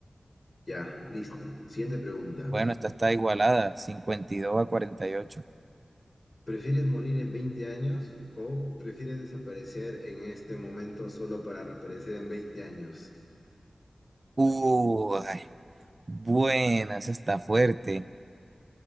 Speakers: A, on the left (about 45°); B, on the right (about 45°).
A: ya, listo. Siguiente pregunta.
B: Bueno, esta está igualada, 52 a 48.
A: ¿Prefieres morir en 20 años o prefieres desaparecer en este momento solo para reaparecer en 20 años?
B: Uh, ay, buena, esa está fuerte.